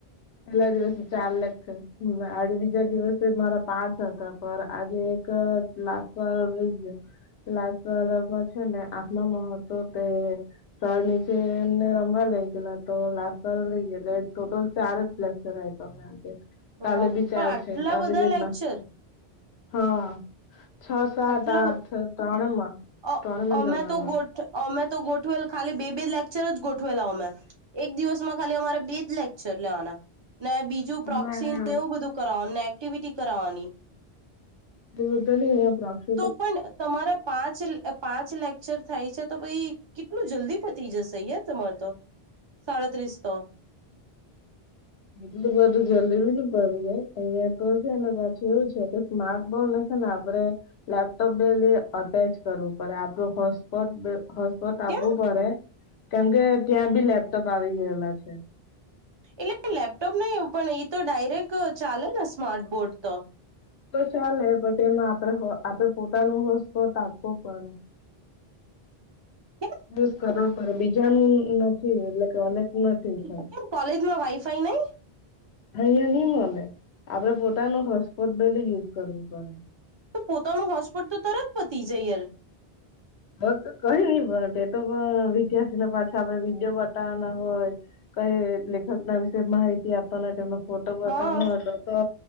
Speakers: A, on the left (about 80°); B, on the right (about 35°).
A: પહેલા દિવસે ચાર લેક્ચર આજે બીજા દિવસે મારા પાંચ હતા પર આજે કર ક્લાસ વાળા વહ ગયા. લાસ્ટ વાળા મ છે ને આખ નો મહત્વ તે તર નીચે એમને રમવા લઇ ગેલા તો લાસ વા લઈ ગે ટોટલ ચાર જ લેક્ચર આપવા મેં આજે
B: વાહ
A: કાલે બી ચાલ
B: પણ આટલા
A: છે આવી
B: બધા
A: રીતના
B: લેક્ચર
A: હા છ સાત
B: આટલા
A: આ અઠ ત્રણમાં
B: અ
A: ત્રણમાં
B: અમે
A: જવાનું
B: તો ગોઠ અમે તો ગોઠવેલ ખાલી બે બે લેક્ચર જ ગોઠવેલા અમે એક દિવસમાં ખાલી અમારે બેજ લેક્ચર લેવાના ને બીજ
A: અમારા
B: પ્રોક્સન એવું બધું કરવાનુંને એક્ટિવિટી કરાવવાની.
A: દૂર તો ન પ્રક્ષ
B: તો પણ તમારા પાંચ પાંચ લેક્ચર થાય છે તો પછી કેટલું જલ્દી પતી જશે યાર તમાર તો સાડત્રીસ તો.
A: એટલ બધું જલ્દી બી ન પડી જાય અહિયાં તો હ છે એના પાછું એવું છે. સ્માર્ક બોન છે ને આપડે લેપટોપ ડ લ અટેચ કરવું પડે આપડું હ સ્ હોસ્પટ આપવું
B: કેમ
A: પડે કેમકે ત્યાં બી લેપટોપ આવી ગયેલા છે.
B: એટલે લેપટોપ નહી એવું પણ એ તો ડાયરેક્ટ ચાલે ને સ્માર્ટ બોર્ડ તો
A: ચાલે પણટ એમાં આપડે આપડે પોતાનું હોસકો તો આપવો પડે.
B: <unintelligible>
A: યુ કરો પડે બીજાનું નથી એટલે કે પણા થ
B: કેમ
A: થાય.
B: કેમ કોલેજમાં વાઈફાઈ નહી
A: અહંયા નહી મળે આપડે પોતાનું હોસપોટ ડેલી યુઝ કરવું પડે.
B: તો પોતાનો હોસ્પોટ તો તરત પતી જાય યાર
A: હ કઈ નહી પણ તે તો પણ વિદ્યાર્થીને પાછા આપડણે વિડીયો બતાવવાના હોય. કઈ લેખક ના વિશે માહિતી આપવાનાનું તો
B: હા
A: બતા ન હતો તો